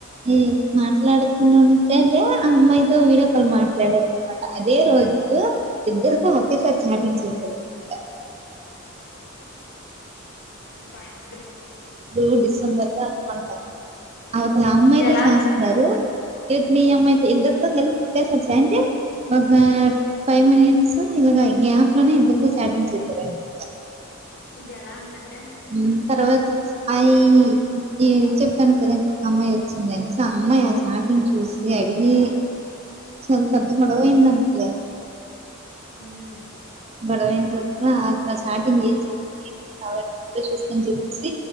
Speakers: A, on the right; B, on the left.
A: మ్ మాట్లాడు నేన్ ఉంట అంటే ఆ అమ్మాయితో వీడియో కాల్ మాట్లాడారు అన్మాట. అదే రోజు ఇద్దరితో ఒకేసారి చాటింగ్ చేసారనమాట.
B: అబ్బ
A: ఎప్పుడో డిసెంబర్ లో అనుకుంట. అవతల అమ్మాయి
B: ఇది
A: తో
B: ఎలా
A: చేస్తన్నారు ఇవతల ఈ అమ్మాయితో, ఇద్దరితో కలిపి ఒకేసారిసే అంటె, ఒక ఫైవ్ మినిట్స్ ఇలాగ, గ్యాప్ లోనే ఇద్దర్తో చాటింగ్ చేసారనమాట.
B: ఇదెలా ఉందన్
A: మ్. తర్వాత, ఐ ఈ చెప్పాను కదా ఇంకొక అమ్మాయి వచ్చిందని, సో ఆ అమ్మాయి ఆ చాటింగ్ చూసి అడిగి, సో పెద్ద గొడవయింది అంట లే.
B: మ్
A: గొడవైన్ తర్వత, అట్ల చాటింగ్ ఏం చేసావ్ ఏం చేసావ్ అని నువ్వే చూస్కో అని చెప్పేసి,